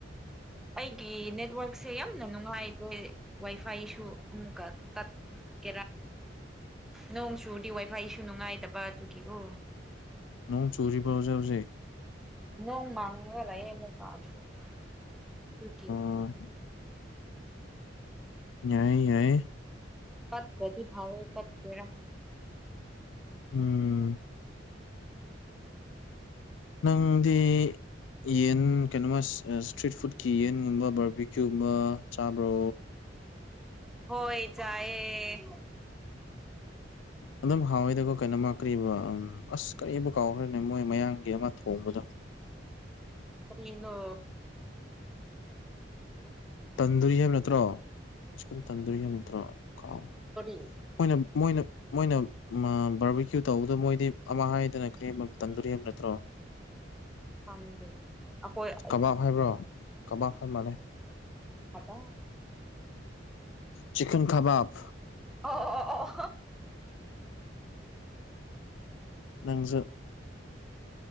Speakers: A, in the centre; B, on the left.
A: ꯑꯩꯒꯤ ꯅꯦꯠꯋꯥꯛꯁꯦ ꯌꯥꯝꯅ ꯅꯨꯡꯉꯥꯏꯗꯦ ꯋꯥꯏ ꯐꯥꯏꯁꯨ ꯑꯃꯨꯛꯀ ꯇꯠ ꯀꯦꯔꯥ ꯅꯣꯡ ꯆꯨꯔꯗꯤ ꯋꯥꯏ ꯐꯥꯏꯁꯨ ꯅꯨꯡꯉꯥꯏꯇꯕ ꯑꯗꯨꯒꯤꯋꯣ
B: ꯅꯣꯡ ꯆꯨꯔꯤꯕꯣ ꯍꯧꯖꯤꯛ ꯍꯧꯖꯤꯛ
A: ꯅꯣꯡ ꯃꯥꯡꯉꯒ ꯂꯩꯌꯦ <unintelligible> ꯗꯨꯀꯤ
B: ꯑ ꯌꯥꯏ ꯌꯥꯏ
A: ꯇꯠꯇ꯭ꯔꯗꯤ ꯐꯔꯦ ꯇꯠꯀꯦꯔ
B: ꯎꯝ ꯅꯪꯗꯤ ꯌꯦꯟ ꯀꯩꯅꯣꯃ ꯏꯁꯇ꯭ꯔꯤꯠ ꯐꯨꯗꯀꯤ ꯌꯦꯟꯒꯨꯝꯕ ꯕꯔꯕꯤꯀ꯭ꯌꯨꯒꯨꯝꯕ ꯆꯥꯕ꯭ꯔꯣ
A: ꯍꯣꯏ ꯆꯥꯏꯌꯦ <inaudible>
B: ꯑꯗꯨꯝ ꯍꯥꯎꯋꯦꯗꯀꯣ ꯀꯩꯅꯣꯃ ꯀꯔꯤꯕ ꯎꯝ ꯑꯁ ꯀꯔꯤꯕꯨ ꯀꯥꯎꯈ꯭ꯔꯦꯅꯦ ꯃꯣꯏ ꯃꯌꯥꯡꯒꯤ ꯑꯃ ꯊꯣꯡꯕꯗꯣ
A: ꯀꯔꯤꯅꯣ
B: ꯇꯟꯗꯨꯔꯤ ꯍꯥꯏꯕ ꯅꯠꯇ꯭ꯔꯣ ꯆꯤꯛꯀꯟ ꯇꯟꯗꯨꯔꯤ ꯍꯥꯏꯕ ꯅꯠꯇ꯭ꯔꯣ‌‌ꯀꯥꯎꯒꯔꯦ
A: ꯀꯔꯤ
B: ꯃꯣꯏꯅ ꯃꯣꯏꯅ ꯃꯣꯏꯅ ꯕꯥꯔꯕꯤꯀ꯭ꯌꯨ ꯇꯧꯕꯗ ꯃꯣꯏꯗꯤ ꯑꯃ ꯍꯥꯏꯗꯅ ꯀꯕ ꯇꯟꯗꯨꯔꯤ ꯍꯥꯏꯕ‌ ꯅꯠꯇ꯭ꯔꯣ
A: <inaudible> ꯈꯪꯗꯦ ꯑꯩꯈꯣꯏ
B: ꯀꯕꯥꯛ ꯍꯥꯏꯕ꯭ꯔꯣ ꯀꯕꯥꯛ ꯍꯥꯏ ꯃꯥꯜꯂꯦ
A: ꯀꯥꯕꯣꯛ
B: ꯆꯤꯛꯟ ꯀꯕꯥꯞ
A: ꯑꯣ ꯑꯣ ꯑꯣ
B: ꯅꯪꯖꯨ